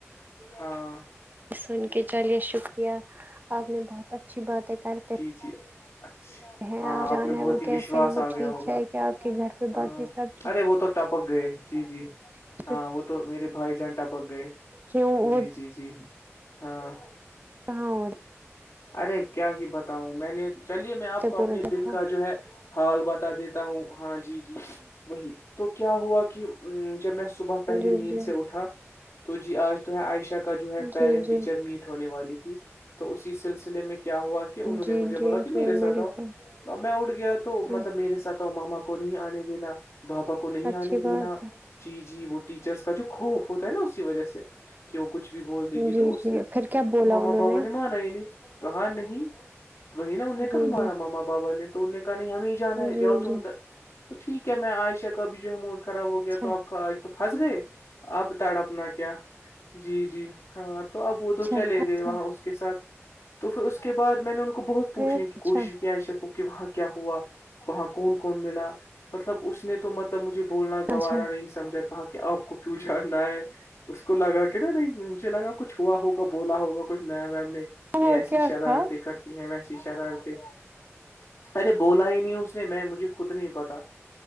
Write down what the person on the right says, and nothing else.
سن کے چلیے شکریہ آپ نے بہت اچھی باتیں کرتے
ہیں
جان
ہے
وہ
کیسے
ہے وہ
ٹھیک
ہے کیا آپ کے گھر پہ
باقی سب ٹھیک
ہے؟
کیوں وہ
ہاں
سے
پورا تھا
ہوں
جی
جی
جی
جی
جی
جی
بالکل
جی
اچھی
بات ہے
جی
جی پھر کیا بولا
انہوں
جی
جی
جی
جی
اچھا
اچھا
اچھا
پھر
اچھا
اچھا
ہوا
کیا
تھا